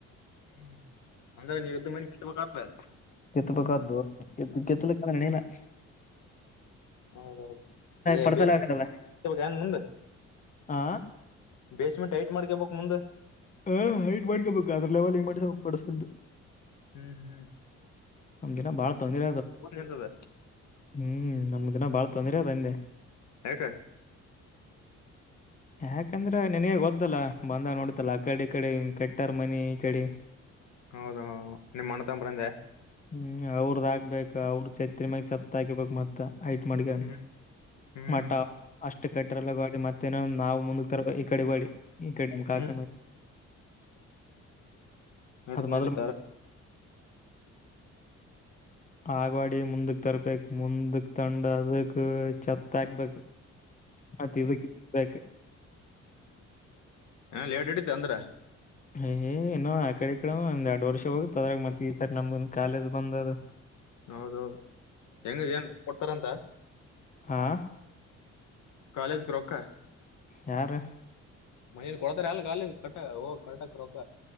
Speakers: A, on the left; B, on the left.
A: ಹ್ಮ್ ಅಂದ್ರೆ ನೀವ ಇದ್ದ ಮನೆ ಕತ್ತಬೇಕ ಆ
B: ಕೆತ್ತ ಪಕ್ಕದ್ದು ಕೆ ಕೆತ್ತಲಕ್ಕಣನ
A: ಹೌದೌದು ಏ
B: ಪಡ್ಸಲ
A: ಬ
B: ಆಗಲ್ಲ
A: ಏನ್ ಮುಂದೆ
B: ಆ
A: ಬೇಸ್ಮೆಂಟ್ ಟೈಟ್ ಮಾಡ್ಕೇಬಬೇಕಕ್ ಮುಂದೆ
B: ಹ ಹೈಟ್ ಮಾಡಕಬೇಕು ಅ್ರ ಲೆವೆಲ್ ಹಂಗ ಮಾಡ್ಸು ಪಡಸ್ಕು
A: ಹ್ಮ್ ಹ್ಮ್.
B: ನಮ್ ದಿನ ಬಾಳ ತೊಂದರೆ ಆದ
A: ನಿಂತದ
B: ಹ್ಮ್ ನಮ್ದ ದಿನ ಬಾಳ ತೊಂದ್ರೆ ಆದ ಹಂದೆ.
A: ಯಾಕ್.
B: ಯಾಕಂದ್ರೆ ನಿನನ್ಗ ಗೊದ್ದಲ್ಲ ಬಂದ ನೋಡಿತಲ್ಲ ಆ ಕಡಿ ಈ ಕಡಿ ಕಟ್ಟರ್ ಮನಿ ಈ ಕಡಿ
A: ಹೌದ ನಿಮ್ಮ್ ಅಣ್ಣ ತಮ್ಮರು ಅಂದೆ.
B: ಹ್ಮ್ ಅವ್ರದ ಆಗ್ಬೇಕಕ್ ಅವ್ರ ಚೈತ್ರಿಮ್ಯಾಗ ಚತ್ ಹಾಕಿಬೇಕಕ್ ಮತ್ತ. ಐಟ್ ಮಾಡ್ಕೊಂಡ
A: ಹ್ಮ್ ಹ್ಮ್
B: ಮಟ ಅಷ್ಟ ಷ್ಟ ಕಟ್ಟರೆ ಎಲ್ಲ ಗಾಡಿ ಮತ್ತೆೇನ ನವು ಮುಕ್ ತರ ಈ ಕಡೆ ಗಾಯಿಡಿ ಈ ಕಡೆಮ್ ಕಾಕ
A: ಹ್ಮ್ ನಡೀತ್
B: ಅದ್ ಬದಲ್
A: ನಡೀತ ಅಲ್ಲ.
B: ಆಗ್ವಾಡಿ ಮುಂದಕ್ ತರ್ಬೇಕ ಮುಂದಕ್ ತಂಡ ಅದಕ್ ತ್ ಹಾಕ್ಬೇಕು ಮತ್ತ ಇದಬೇಕ
A: ಏನೇಟ್ ಇಡತಿ ಅಂದ್ರೆ.
B: ಏ ಇನ್ನು ಆ ಕಡೆ ಈ ಕಡೆ ಒಂದ್ ಎರಡ್ ವರ್ಷ ಹೋಗುತ್ತ ಅದ್ರಾಗ ಮತ್ತ ಈ ಸರಿ ನಮ್ದ ಕಾಲೇಜ್ ಬಂದ ಆದ.
A: ಹೌದೌದು ಹೆಂಗ ಏನ್ ಕೊಡ್ತಾರಂತ.
B: ಹಾ,
A: ಕಾಲೇಜ್ ಕ ರೊಕ್ಕ.
B: ಯಾರು?
A: ಮನೇಲಿ ಕೊಡ್ತಾರೆ ಇಲ್ಲ ಕಟ್ಟ ಹ ಕಟಕ್ ರೊಕ್ಕ.